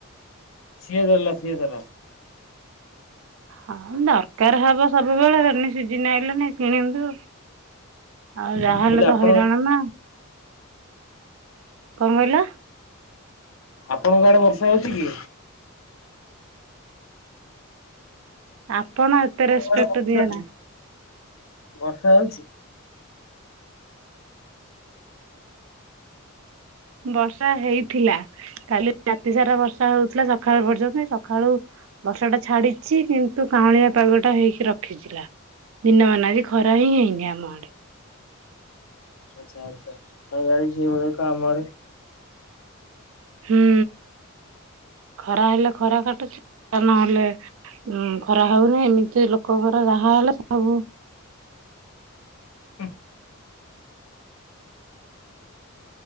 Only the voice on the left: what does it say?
ସିଏ ଦେଲା ସିଏ ଦେଲା।
ମୁଁ କହିଲି
ଆପଣ
ଆପଣଙ୍କ ଆଡେ ବର୍ଷା ହୋଉଚି କି?
ଆଡେ ବର୍ଷା
ବର୍ଷା ହୋଉଛି?
ଆଚ୍ଛା ଆଚ୍ଛା ହଁ ଭାଇ ସେଇ ଭଳିଆ ତ ଆମ ଆଡ଼େ
ହୁ।